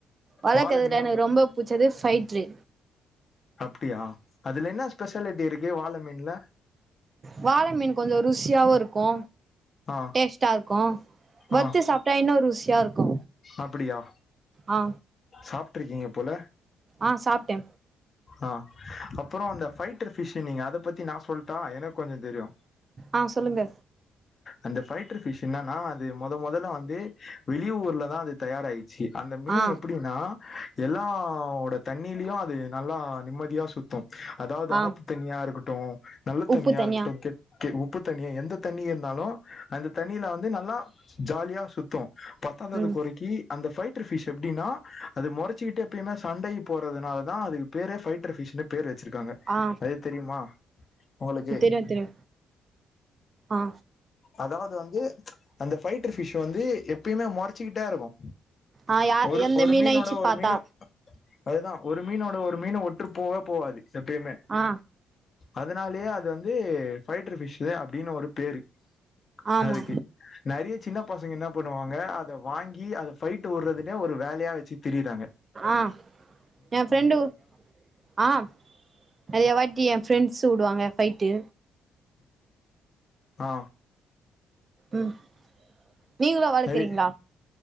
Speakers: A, on the right; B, on the left.
A: வளக்குறதுல
B: வால மீனு
A: எனக்கு
B: உங்க
A: ரொம்ப புடிச்சது பைட்ரு
B: அப்டியா அதுல என்ன ஸ்பெஷாலிட்டி இருக்கு வாழ மீன்ல
A: வாள மீன் கொஞ்சோ ருசியாவு இருக்கு
B: ஆ
A: டேஸ்ட்டா இருக்கு வற்த்து
B: ஆ
A: சாப்ட்டா இன்னு ருசியா இருக்கு
B: அப்டியா
A: ஆ
B: சாப்ட்ருக்கீங்க போல
A: ஆ சாப்ட்டே
B: ஆ அப்றோ அந்த பைட்ரு பிஷ்னீங்க அத பத்தி நா சொல்ட்டா எனக்கு கொஞ்சோ தெரியு
A: அ சொல்லுங்க
B: அந்த ஃபைட்டர் ஃபிஷ் என்னன்னா அது மொத மொதல்ல வந்து வெளி ஊர்ல தா அது தயாராயி ச்சி அந்த மீன்
A: ஆ
B: எப்டின்னா எல்லாவோட தண்ணீலயு அது நல்லா நிம்மதியா சுத்து அதாவது
A: ஆ
B: ஆத்து தண்ணியா இருக்கட்டு நல்ல
A: உப்பு
B: தண்ணியா
A: தனியா
B: இருக்கட்டு உப்பு தண்ணியா எந்த தண்ணி இருந்தாலு அந்த தண்ணியில வந்து நல்லா ஜாலியா சுத்து பத்தாதது
A: ம்
B: கொறைக்கி அந்த ஃபைட்டர் ஃபி்ஷ் எப்டினா அது மொறச்சிக்கிட்டு எப்பிமே சண்டைக்கு போறதுனால தா அதுக்கு பேரே பைட்டர் பிஷ் பேர் வச்சுருக்காங்க
A: ஆ
B: அது தெரிமா உங்களுக்கு
A: ஆ தெரியு ஆ
B: அதாவது வந்து அந்த ஃபைட்டர் ஃபிஷ் வந்து எப்பயுமே மொறச்சிக்கிட்டே இருக்கு
A: ஆ யா
B: ஒரு
A: எந்த
B: ஒரு
A: மீனாயிச்சு
B: மீனோட ஒரு
A: பாத்தா
B: மீனு அதுதா ஒரு மீனோட ஒரு மீனு ஒட்டு போக போவாது எப்பயுமே
A: ஆ
B: அதனாலேயே அது வந்து ஃபைடர் ஃபிஷு அப்டின்னு ஒரு பேரு
A: ஆமா
B: அதுக்கு நெறைய சின்ன பசங்க என்ன பண்ணுவாங்க அத வாங்கி அத ஃபைட்டு விடுறதுனே ஒரு வேலையா வச்சி திரியுறாங்க
A: ஆ என் ஃப்ரெண்டு ஆ நறைய வாட்டி என் ஃப்ரெண்ட்ஸ் வுடுவாங்க ஃபைட்டு
B: ஆ
A: ம் நீங்களு வளக்குறீங்ளா
B: நெறைய